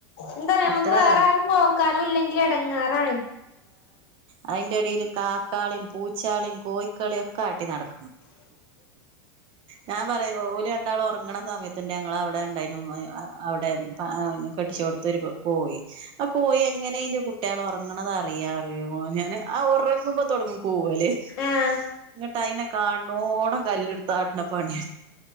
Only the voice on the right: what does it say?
അത്ര
അതിന്റെ എടില് കാക്കാളീം, പൂച്ചാളീം, കോഴി കളൊക്കെ ആട്ടി നടക്കണം ഞാൻ പറയും ഓല് രണ്ടാളും ഒറങ്ങ്ണ സമയത്ത് ഞങ്ങളെ ഔടെ ഇണ്ടായ്നു ഔടെ കെട്ടിചോട്ത്ത് ഒരു കോഴി ആഹ് കോയി എങ്ങനെ അയ്ന്റെ കുട്ട്യാള് ഒർങ്ങ്ണത് അറിയാ <unintelligible> ആഹ് ഒറങ്ങുമ്പോ തോടങ്ങും കൂവല്
ഇങ്ങട്ട് അയ്നെ കാണ് ണോടം കല്ല്ട്ത്ത് ആട്ട്ണ പണി